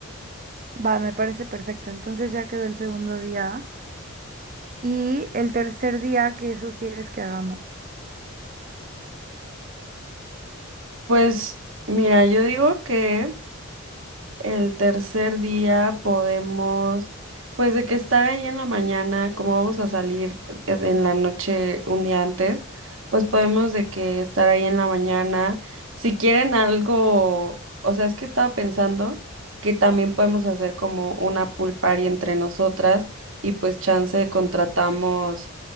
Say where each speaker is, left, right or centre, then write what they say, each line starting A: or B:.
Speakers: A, on the right (about 35°); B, on the right (about 65°).
A: Va, me parece perfecto. Entonces ya quedó el segundo día. Y el tercer día, ¿qué sugieres que hagamos?
B: Pues mira, yo digo que El tercer día podemos, pues de que estar ahí en la mañana, como vamos a salir eh, de- en la noche un día antes, pues podemos de que estar ahí en la mañana. Si quieren algo, o sea, es que estaba pensando que también podemos hacer como una pool party entre nosotras y pues chance contratamos